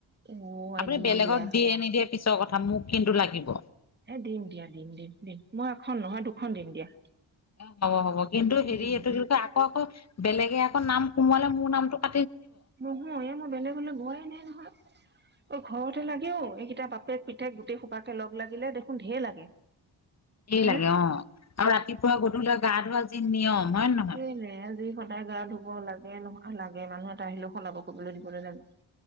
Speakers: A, on the right; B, on the left.
A: অ আই
B: আপুনি
A: দিম
B: বেলেগক
A: দিয়া
B: দিয়ে নিদিয়ে পিছৰ কথা মোক কিন্তু লাগিব
A: এ দিম দিয়া দিম দিম দিম মই এখন নহয় দুখন দিম দিয়া
B: এ হ'ব হ'ব কিন্তু হেৰি
A: দিম
B: এইটো
A: দিম
B: কিয় আকৌ আকৌ বেলেগে আকৌ নাম কোমোৱালে মোৰ নামটো ক
A: নহয় এই মই বেলেগলে গোৱাই নাই নহয় অ ঘৰতে লাগেও এইকেইটা বাপেক পুতেক গোটেই সোপাকে লগ লাগিলে দেখোন ঢেৰ লাগে
B: ধেৰ
A: হে
B: লাগে অ আৰু ৰাতিপুৱা গধূল গা ধোৱা যি নিয়ম হয় নে নহয়?
A: এনে আজি সদায় গা ধুব লাগে নহয় লাগে মানুহ এটা আহিলেও সলাব কৰিবলৈ দিবলৈ লাগে